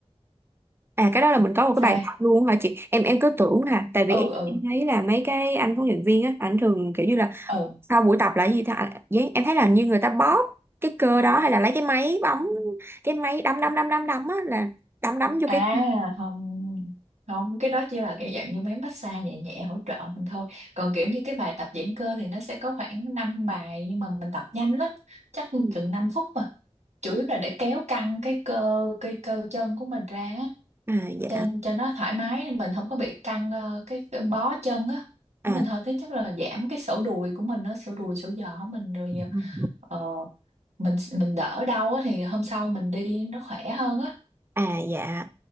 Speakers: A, on the right (about 20°); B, on the right (about 80°).
A: à cái đó là mình có một cái
B: sao
A: bài
B: em?
A: tập luôn hả chị em em cứ tưởng là tại
B: Ừ
A: vì em,
B: ừ
A: em thấy là mấy cái anh huấn luyện viên á ảnh thường kiểu như là
B: ừ
A: sau buổi tập là cái gì ta à, vậy em thấy là như người ta bóp cái cơ đó hay là lấy cái máy bóng cái máy đấm đấm đấm đấm đấm á là đấm đấm vô
B: À
A: cái
B: không không cái đó chỉ là cái dạng như mấy massage nhẹ nhẹ hỗ trợ mình thôi còn kiểu như cái bài tập giãn cơ thì nó sẽ có khoảng 5 bài nhưng mà mình tập nhanh lắm chắc
A: Ừ.
B: chừng 5 phút mà chủ yếu là để kéo căng cái cơ cái cơ chân của mình ra á,
A: à dạ
B: cho cho nó thoải mái mình không có bị căng ờ, cái, cái bó chân á
A: à
B: mình thôi thế chắc là giảm cái sổ đùi của mình nó sổ đùi sổ giò của mình rồi
A: Ừ.
B: ờ, mình mình đỡ đau á thì hôm sau mình đi nó khỏe hơn á
A: à dạ